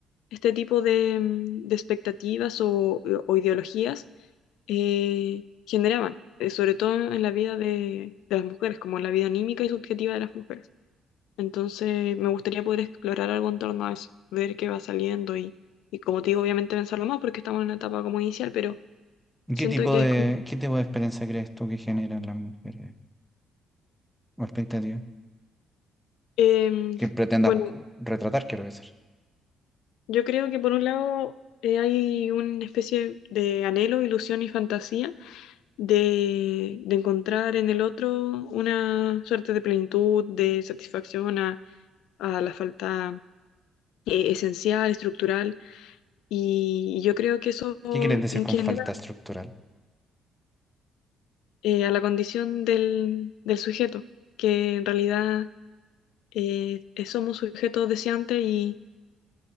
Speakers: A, on the left; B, in the centre.
A: este tipo de, mm, de expectativas o, eh, o ideologías eh, generaban, eh, sobre todo en la vida de, de las mujeres, como en la vida anímica y subjetiva de las mujeres. Entonces, me gustaría poder explorar algo en torno a eso, ver qué va saliendo y, y como te digo, obviamente pensarlo más porque estamos en una etapa como inicial, pero
B: ¿Y
A: siento
B: ¿Qué tipo
A: que
B: de,
A: es como...
B: qué tipo de experiencia crees tú que generan las mujeres? o expectativa
A: Em,
B: que pretendas
A: bueno,
B: retratar, quiero decir.
A: yo creo que por un lado eh, hay una especie de anhelo, ilusión y fantasía de, de encontrar en el otro una suerte de plenitud, de satisfacción a, a la falta eh, esencial, estructural. Y, y yo creo que eso
B: ¿Qué quieres decir con
A: genera
B: falta estructural?
A: eh, a la condición del, del sujeto, que en realidad eh, eh, somos sujetos deseantes y,